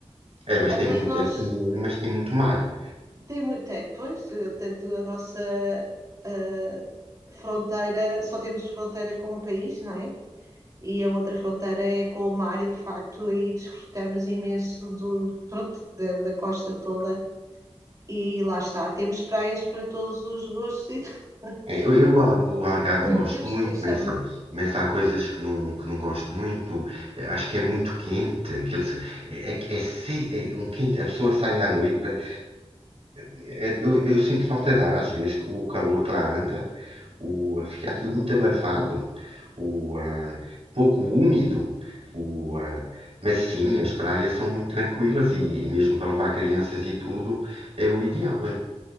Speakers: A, on the right; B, on the right.
A: é, mas
B: ah,
A: tem
B: mas
A: muito,
B: nós
A: é pequenino, mas tem muito mar.
B: tem muito, é, pois, eh, tanto a nossa ah, fronteira, só temos fronteira com o país, não é? E a outra fronteira é com o mar e de facto aí desfrutamos imenso do, pronto, da da costa toda E lá está, temos praias para todos os gostos e tudo.
A: É, eu, eu
B: não
A: Al- o Algarve gosto
B: podemos
A: muito,
B: queixar
A: mas,
B: disso.
A: mas há coisas que não, que não gosto muito. Eh, Acho que é muito quente. Aquele, se- é, é, que- é se- é um quente. A pessoa sai à noite para. eh, Eu, eu sinto falta de ar às vezes com o calor que lá anda. O, fica aquilo muito abafado, o, ah, pouco úmido. O, ah, mas sim, as praias são muito tranquilas e, e mesmo para levar crianças e tudo é o ideal. É,